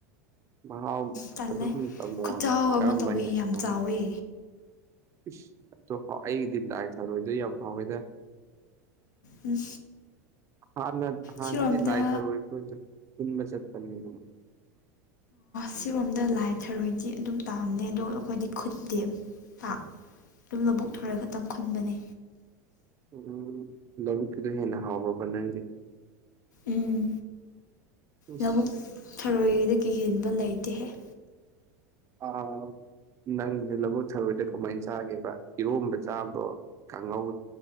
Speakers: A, on the right (about 30°); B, on the left (about 90°).
A: ꯃꯍꯥꯎ
B: ꯇꯜꯂꯦ
A: ꯑꯗꯨꯝ ꯇꯝꯃꯣ
B: ꯈꯨꯠꯆꯥꯎ
A: ꯀꯔꯝꯕ
B: ꯑꯃ ꯇꯧꯋꯦ
A: ꯍꯦꯟꯂꯤꯅꯣ
B: ꯌꯥꯝ ꯆꯥꯎꯋꯦ
A: ꯢꯁ ꯑꯩꯒꯤꯗꯤ ꯂꯥꯢ ꯊꯔꯣꯏꯗꯣ ꯌꯥꯝ ꯍꯥꯎꯢꯗ
B: ꯎꯝ
A: ꯍꯥꯟꯅ ꯍꯥꯟꯅꯗꯤ
B: ꯁꯤꯔꯣꯝꯗ
A: ꯂꯥꯏ ꯊꯥꯔꯣꯢ <unintelligible> ꯈꯨꯟꯕ ꯆꯠꯄꯅꯤ ꯑꯗꯨ
B: ꯁꯤꯔꯣꯝꯗ ꯂꯥꯏ ꯊꯔꯣꯏꯗꯤ ꯑꯗꯨꯝ ꯇꯥꯝꯅꯦ ꯑꯗꯣ ꯑꯩꯈꯣꯏꯗꯤ ꯈꯨꯟꯗꯦ ꯄꯥꯛ ꯂꯧꯕꯨꯛ ꯊꯥꯔꯣꯢ ꯈꯛꯇ ꯈꯨꯟꯕꯅꯦ
A: ꯎꯝ ꯎꯝ ꯂꯧꯕꯨꯛꯀꯤꯗꯣ ꯍꯦꯟꯅ ꯍꯥꯎꯕ꯭ꯔꯕ ꯅꯪꯗꯤ
B: ꯎꯝ
A: ꯏꯁ
B: ꯂꯧꯕꯨꯛ ꯊꯔꯣꯏꯗꯒꯤ ꯍꯦꯟꯕ ꯂꯩꯇꯦꯍꯦ
A: ꯑꯥ ꯅꯪꯗꯤ ꯂꯧꯕꯨꯛ ꯊꯔꯣꯏꯗꯨ ꯀꯃꯥꯏꯅ ꯆꯥꯒꯦꯕ ꯏꯔꯣꯝꯕ ꯆꯥꯕꯣ ꯀꯥꯡꯉꯧ